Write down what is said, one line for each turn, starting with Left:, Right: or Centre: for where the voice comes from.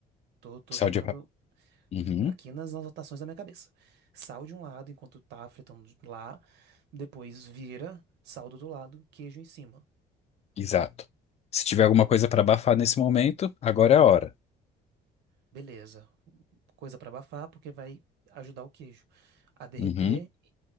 Right: Tô, tô
Left: Sal
Right: checando
Left: de... Uhum.
Right: Aqui nas anotações da minha cabeça. Sal de um lado enquanto tá fritando lá, depois vira, sal do outro lado, queijo em cima.
Left: Exato. Se tiver alguma coisa pra abafar nesse momento, agora é a hora.
Right: Beleza. Coisa pra abafar, porque vai ajudar o queijo a derreter
Left: Uhum.